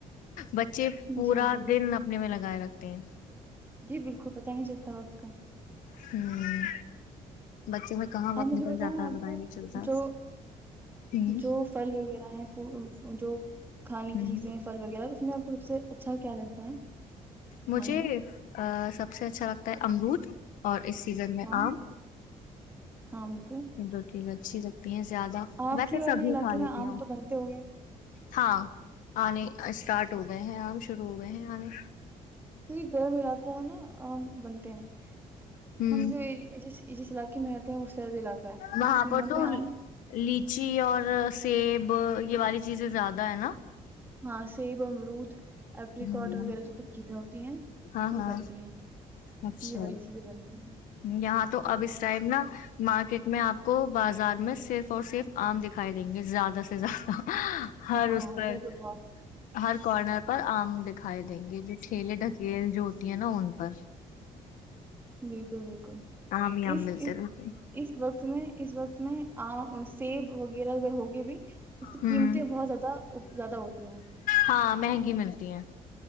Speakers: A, on the left; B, on the right.
A: بچے پورا
B: جی جی
A: اپنے میں لگائے رکھتے ہیں
B: جی بالکل پتہ نہیں چلتا اس کا
A: ہوں بچوں میں کہاں وقت
B: ہاں مجھے
A: نکل
B: بتائیں
A: جاتا ہے
B: آپ
A: پتا
B: کو
A: ہی نہیں چلتا
B: جو
A: ہوں
B: جو فھل وغیرہ ہے جو کھانے کی
A: ہوں
B: چیزیں ہیں پھل وغیرہ اس میں آپ کو رب سے اچھا کیا لگتا ہے کھانے
A: مجھے
B: میں
A: سب سے اچھا لگتا ہے امرود اور اس سیزن میں
B: ہاں
A: آم
B: ہاں بالکل
A: یہ دو تز اچھی لگتی ہیں زیادہ
B: آپ
A: ویسے
B: کی والے
A: سبھی
B: علاقے
A: کھا لیتی
B: میں آم
A: ہوں
B: تو بنتے ہو گئے
A: ہاں آنے اسٹارٹ ہو گئے ہیں عام شروع ہو گئے ہیں آنے
B: کیہ گرم علاقوں میں نا آم بنتے ہیں
A: ہوں
B: ہم جو ج جس علاقے میں رہتے ہیں وہ سرد علاقہ ہے تو
A: وہاں
B: یہاں
A: پر تو
B: پہ آم
A: لیچی اور سیب یہ والی چیزیں زیادہ ہے نا
B: ہاں سیب امرود ایریکٹ
A: ہوں
B: وغیرہ جتنی بھی چیزیں ہوتی ہیں
A: ہاں
B: یہ
A: ہاں
B: بنتی ہیں
A: اچھا
B: یہ والی چیزیں بنتی ہیں
A: یہاں تو اب اس ٹائم نا مارکیٹ میں آپ کو بازار میں صرف اور صرف آم دکھائی دیں گے زیادہ سے زیادہ ہر
B: ہاں
A: اس
B: ہاں
A: پر
B: ادھر تو بہت
A: ہر کارنر پر آم دکھائی دیں گی چل ڈکیل جو تی ہے نا ان پر
B: بالکل بالکل
A: آم ہی آم
B: اس
A: ملتے
B: اس
A: رہتے ہیں۔
B: اس وقت میں اس وقت میں آم سیب وغیرہ اگر ہوگی بھی اس کی
A: ہوں
B: قیمتیں بہت زیادہ زیادہ ہوتی ہیں
A: ہاں مہنگی ملتی ہیں